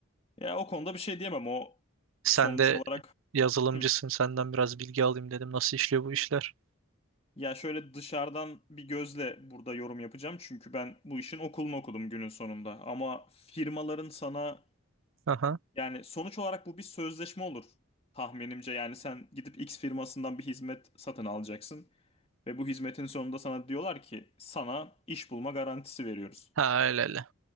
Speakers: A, on the left (about 25°); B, on the right (about 65°).
A: Ya o konuda bir şey diyemem. O
B: Sen
A: sonuç
B: de
A: olarak
B: yazılımcısın
A: hı.
B: senden biraz bilgi alayım dedim. Nasıl işliyor bu işler?
A: Ya şöyle dışarıdan bir gözle burada yorum yapacağım. Çünkü ben bu işin okulunu okudum günün sonunda. Ama firmaların sana
B: Aha.
A: yani sonuç olarak bu bir sözleşme olur tahminimce. Yani sen gidip X firmasından bir hizmet satın alacaksın. Ve bu hizmetin sonunda sana diyorlar ki sana iş bulma garantisi veriyoruz.
B: Ha öyle öyle.